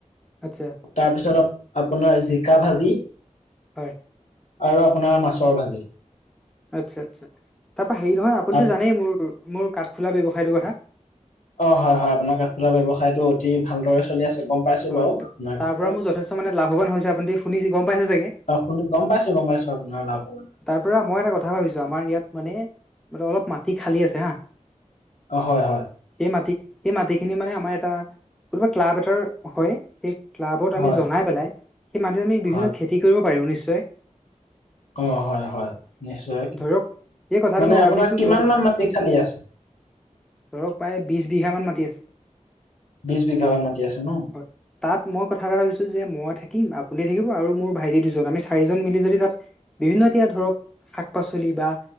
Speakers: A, in the centre; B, on the left (about 65°).
A: আচ্ছা
B: তাৰপিছত আপোনাৰ জিকা ভাজি।
A: হয়।
B: আৰু আপোনাৰ মাছৰ ভাজি।
A: আচ্ছা-আচ্ছা, তাৰপা হেৰি নহয় আপুনিতো
B: আপ-
A: জানেই মোৰ মোৰ কাঠফুলা ব্যৱসায়টোৰ কথা?
B: অ, হয়-হয়। আপোনাৰ কাঠফুলাৰ ব্যয়ৱসায়টো অতি ভালদৰে চলি আছে গম পাইছো
A: হয়
B: বাৰু আপোনাৰ
A: তাৰ
B: কথাটো
A: পৰা মোৰ যথেষ্ট মানে লাভৱান হৈছে। আপুনিতো শুনি গম পাইছেই চাগে?
B: অ', শুনি গম পাইছো গম পাইছো আপোনাৰ লাভৰ
A: তাৰ পৰা মই এটা কথা ভাবিছো আমাৰ ইয়াত মানে অলপ মাটি খালী আছে হা।
B: অ', হয়-হয়।
A: সেই মাটি সেই মাটিখিনি মানে আমাৰ এটা কোনোবা ক্লাব এটাৰ হয়। সেই ক্লাবত আমি
B: হয়
A: জনাই পেলাই সেই মাটিত আমি বিভিন্ন
B: হয়
A: খেতি কৰিব পাৰিম নিশ্চয়।
B: অ', হয়-হয় নিশ্চয়।
A: ধৰক এই কথাটো
B: মানে
A: মই ভাবিছো
B: আপোনাৰ কিমান
A: ধৰ
B: মান মাটি খালি আছে?
A: ধৰক প্ৰায় বিছ বিঘামান মাটি আছে।
B: বিছ বিঘামান মাটি আছে ন?
A: হয়। তাত মই কথা এটা ভাবিছো যে, মই থাকিম আপুনি থাকিব আৰু মোৰ ভাইটি দুজন আমি চাৰিজন মিলি যদি তাত বিভিন্ন এতিয়া ধৰক শাক-পাচলি বা